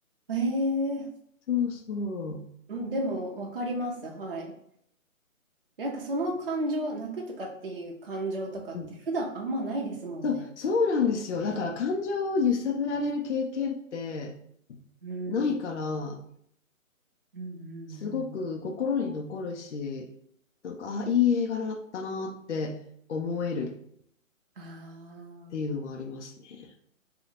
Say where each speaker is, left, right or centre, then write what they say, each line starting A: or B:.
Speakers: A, on the right; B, on the left.
A: ええ
B: そうそ
A: うん、でも、わかります、はい。なんかその感情、泣くとかっていう感情とかって普段あんまないですもんね。
B: う。うんうんそう、そうなんですよ。だから感情を揺さぶられる経験って
A: うん、
B: ないから、
A: うん、うん、
B: すごく心に残るし、
A: うん。
B: なんか、あ、いい映画だったなって思えるっ
A: ああ、
B: ていうのがありますね。